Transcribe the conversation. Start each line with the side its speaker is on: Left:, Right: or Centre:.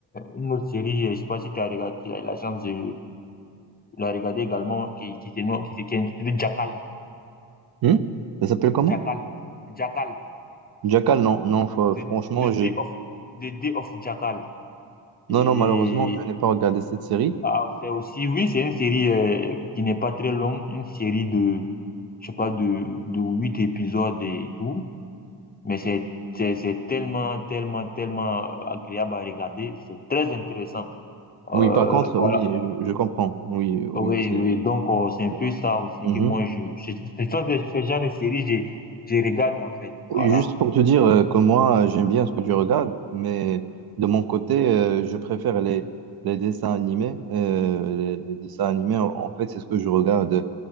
Left: une autre série, je sais pas si tu as regardé, tu as eu la chance de la regarder également, qui, qui, se nomme- qui, se- qui est intitulée Jackal.
Right: Hmm Ça s'appelle comment?
Left: Jackal. Jackal.
Right: Jackal, non, non, fa-
Left: The,
Right: franchement,
Left: the Day
Right: j'ai...
Left: of, the Day of Jackal. Et
Right: Non, non, malheureusement, je n'ai pas regardé cette série.
Left: Ah, c'est aussi, oui, c'est une série euh, qui n'est pas très longue, une série de, je sais pas, de, de huit épisodes et tout, mais c'est, c'est, c'est tellement, tellement, tellement agréable à regarder, c'est très intéressant. Euh,
Right: Oui, par contre,
Left: voilà.
Right: oui, je, je comprends. Oui, oui,
Left: Oui,
Right: c'est.
Left: oui, donc euh, c'est un
Right: euh,
Left: peu ça aussi
Right: mhm.
Left: que moi, je, je- ce sont des, ce genre de séries, je, je regarde en fait,
Right: Oui,
Left: voilà.
Right: juste pour te dire euh, que moi, j'aime bien ce que tu regardes, mais de mon côté, euh, je préfère les, les dessins animés. Euh, les, les dessins animés, en, en fait, c'est ce que je regarde